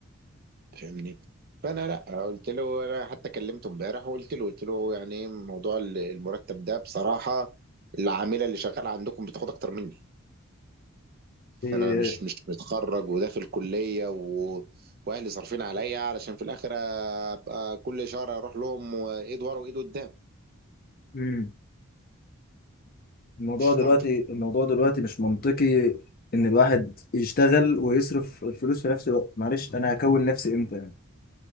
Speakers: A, on the right (about 45°); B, on the left (about 40°).
A: فاهمني فانا لا قلت له انا حتى كلمته امبارح وقلت له قلت له يعني ايه موضوع ال- المرتب ده بصراحه العامله اللي شغاله عندكم بتاخد اكتر مني
B: إيه،
A: انا مش مش متخرج وداخل كليه و... واهلي صارفين عليا علشان في الاخر ابقى كل شهر اروح لهم وايد ورا وايد قدام
B: مم. الموضوع
A: مش
B: دلوقتي
A: منطق
B: الموضوع دلوقتي مش منطقي ان الواحد يشتغل ويصرف الفلوس في نفس الوقت معلش انا هكون نفسي امتى يعني